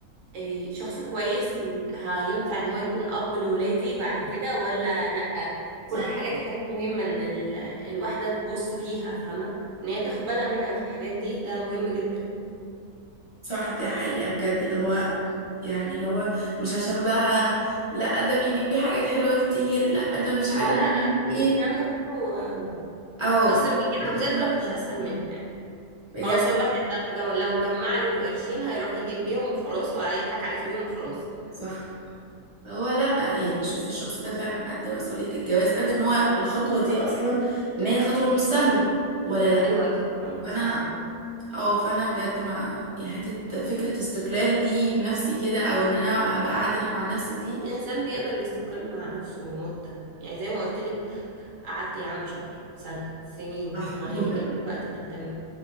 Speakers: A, on the right; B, on the right.
A: إيه، شخص كويس ل- هينفع ان هو يكون اب لولادي بعد كده ولا لأ
B: صح
A: كل الحاجات دي حاجات مهمة ان ال... الواحدة تبص فيها فاهمة ان هي تاخد بالها منها في الحاجات دي ده مهم جدا
B: صح دي حقيقة بجد اللي هو يعني اللي هو مش عشان بقى لا ده بيجيب لي حاجات حلوة كتير لا ده مش عارف
A: لا
B: بيجيب
A: لا لا
B: لي
A: الكلام
B: ايه
A: ده كله آم،
B: او
A: اصل
B: <laughs>
A: من كده
B: لا، مش
A: بجد ما فيش
B: كده.
A: اسهل منها يعني
B: بجد
A: خلاص هو الواحد لو جم- لو جمع له قرشين هيروح يجيب بيهم وخلاص وهيضحك عليكي بيهم وخلاص
B: صح هو لا يعني شوف الشخص ده فعلا قد مسؤولية الجواز قد ان هو الخطوة دي اصلا ان هي خطوة مش سهلة ولا لا
A: ايوه اكيد طبعا مش
B: فانا
A: سهلة لا
B: اه فانا بجد ما يعني حته فكره استقلال دي بنفسي كده او ان انا ابقى قاعده انا مع نفسي دي
A: الانسان بيقدر يستقل مع نفسه مدة يعني زي ما قلت لك قعدت يا عم شهر سنة سنين
B: صح
A: ما
B: مده
A: هيجي عليك وقت ما انت م-